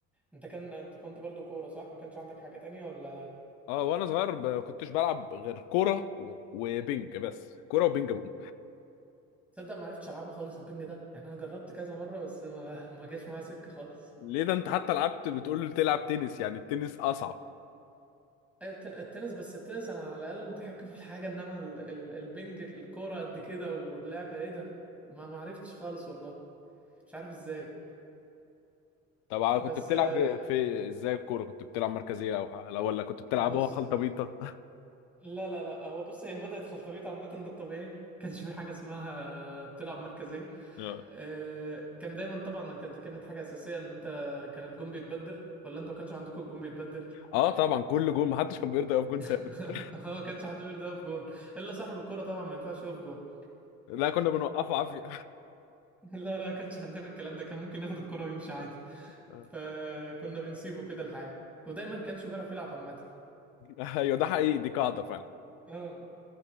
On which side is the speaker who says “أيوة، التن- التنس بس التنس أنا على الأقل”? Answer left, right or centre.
Centre